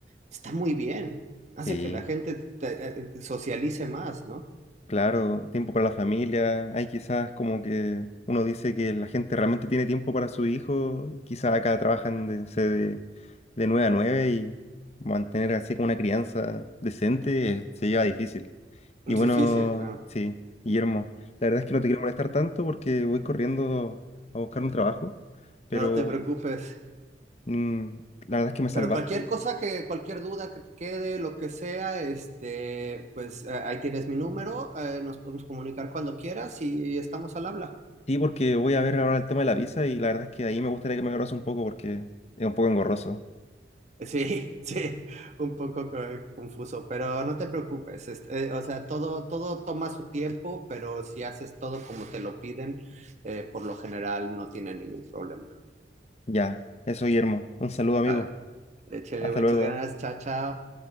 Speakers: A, on the right; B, on the left.
A: está muy bien. Hace
B: Sí.
A: que la gente te- eh, eh, socialice más, ¿no?
B: Claro, tiempo para la familia. Hay quizás como que uno dice que la gente realmente tiene tiempo para su hijo. Quizás acá trabajan de, no sé, de, de 9 a 9 y mantener así como una crianza decente eh, se lleva difícil.
A: Es
B: Y bueno,
A: difícil, claro.
B: sí, Guillermo, la verdad es que no te quiero molestar tanto porque voy corriendo a buscar un trabajo, pero
A: No te preocupes.
B: mm, la verdad es que me salvaste.
A: pero cualquier cosa que, cualquier duda que te quede, lo que sea, este, pues eh, ahí tienes mi número, eh, nos podemos comunicar cuando quieras y estamos al habla.
B: Sí, porque voy a ver ahora el tema de la visa y la verdad es que ahí me gustaría que me ayudaras un poco porque es un poco engorroso.
A: Sí, <laughs> sí, un poco co- confuso, pero no te preocupes, este, eh, o sea, todo, todo toma su tiempo, pero si haces todo como te lo piden, eh, por lo general no tiene ningún problema.
B: Ya, eso, Guillermo. Un saludo, amigo.
A: A ver, échale
B: Hasta
A: muchas
B: luego.
A: ganas, chao, chao.